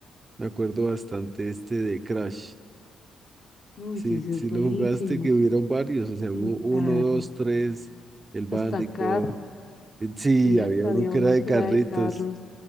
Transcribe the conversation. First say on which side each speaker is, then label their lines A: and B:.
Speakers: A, on the right; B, on the left.
A: me acuerdo bastante este de Crash.
B: Uy,
A: Sí,
B: eso
A: sí
B: es buenísimo.
A: lo jugaste, que hubieron varios. O sea,
B: Sí,
A: hubo uno,
B: claro.
A: dos, tres, el Bandicoot.
B: Hasta acá.
A: eh, Sí,
B: Sí,
A: había
B: hasta
A: uno
B: había
A: que
B: uno
A: era de
B: que
A: carritos.
B: era de carros,